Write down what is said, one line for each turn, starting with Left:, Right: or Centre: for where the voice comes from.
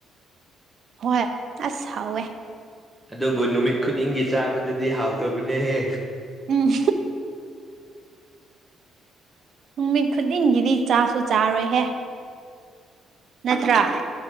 Right: ꯍꯣꯏ ꯑꯁꯥꯎꯋꯦ
Centre: ꯑꯗꯨꯕꯨ ꯅꯨꯃꯤꯠ ꯈꯨꯗꯤꯡꯒꯤ ꯆꯥꯕꯗꯗꯤ ꯍꯥꯎꯇꯕꯅꯦꯍꯦ
Right: ꯎꯝ ꯅꯨꯃꯤꯠ ꯈꯨꯗꯤꯡꯒꯤꯗꯤ ꯆꯥꯁꯨ ꯆꯥꯔꯣꯏꯍꯦ ꯅꯠꯇ꯭ꯔꯥ